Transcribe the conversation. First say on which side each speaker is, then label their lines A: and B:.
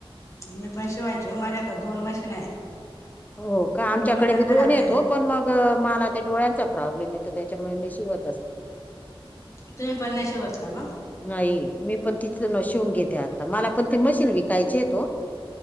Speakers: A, on the left; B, on the left.
A: मी पण शिवायची माझ्याकडे दोन मशीन आहेत.
B: हो का? आमच्याकडे
A: पण मोटर
B: बी दोन
A: खराब
B: आहेत
A: झाले
B: पण मग मला ते डोळ्यांचा प्रॉब्लेम येतो त्याच्यामुळे मी शिवत
A: तुम्ही पण नाही शिवत का मग
B: नाही मी पण तिथून शिवून घेते आता मला पण ते मशीन विकायचे हो.